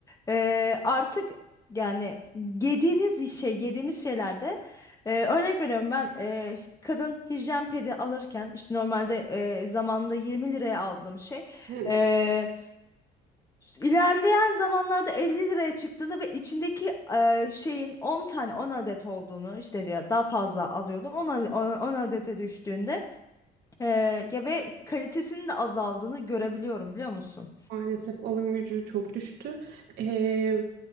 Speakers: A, on the left (about 20°); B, on the right (about 75°).
A: Ee, artık yani yediğiniz şey yediğimiz şeylerde e, örnek veriyorum ben e, kadın hijyen pedi alırken işte normalde e, zamanında 20 liraya aldığım şey
B: Evet.
A: e, ilerleyen zamanlarda 50 liraya çıktığında ve içindeki e, şeyin 10 tane 10 adet olduğunu işte ya daha fazla alıyordum 10, ad- 10 adete düştüğünde ee, ya ve kalitesinin de azaldığını görebiliyorum biliyor musun?
B: Maalesef alım gücü çok düştü. Ee,